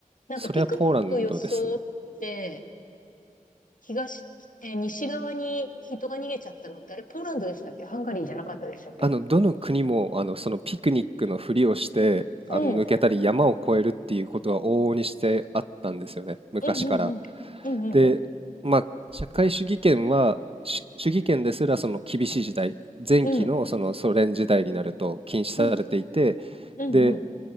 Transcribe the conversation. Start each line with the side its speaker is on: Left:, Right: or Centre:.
Left: なんかピクニックを装って、
Right: それはポーランドですね。
Left: 東、えー西側に人が逃げちゃったのって、あれポーランドでしたっけハンガリーじゃなかったでしたっけ
Right: あの、どの国も、あの、そのピクニックのふりをして、あの、
Left: うん、
Right: 抜けたり山を越えるっていうことは往々にしてあったんですよね、昔から。
Left: うん、うん、うん、
Right: で、
Left: うん、
Right: まあ、社会主義圏は、し主義圏ですらその厳しい時代、前期のそのソ連時代になると禁止されていて、
Left: うん、うん、うん、うん、
Right: で、
Left: うん、うん。